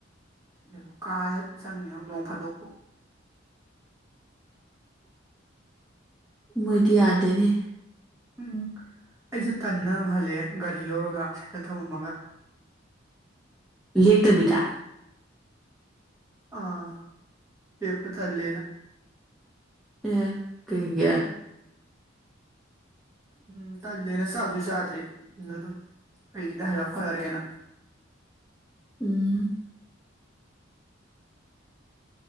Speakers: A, on the right; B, in the centre.
A: ꯑꯗꯨ ꯀꯥꯂ ꯆꯪꯉꯤꯅꯪ ꯅꯣꯡ ꯐꯥꯗꯣꯛꯄꯨ
B: ꯃꯣꯏꯗꯤ ꯌꯥꯗꯦꯅꯦ
A: ꯎꯝ ꯑꯩꯁꯨ ꯇꯟꯅꯝ ꯍꯜꯂꯦ ꯒꯥꯔꯤ ꯂꯧꯔꯒ ꯁꯥꯏꯀꯜ ꯊꯝꯃꯃꯒ
B: ꯂꯦꯛꯇꯕꯤꯗ
A: ꯑꯥ ꯆꯦ ꯇꯂꯦꯅ
B: ꯑꯦ ꯀꯩꯒꯤ
A: ꯎꯝ ꯇꯜꯂꯦꯅ ꯆꯥꯛꯁꯨ ꯆꯥꯗ꯭ꯔꯤ ꯑꯗꯨꯝ ꯑꯩꯒꯤꯗ ꯍꯜꯂꯛ ꯈꯣꯠꯂꯔꯦꯅ
B: ꯎꯝ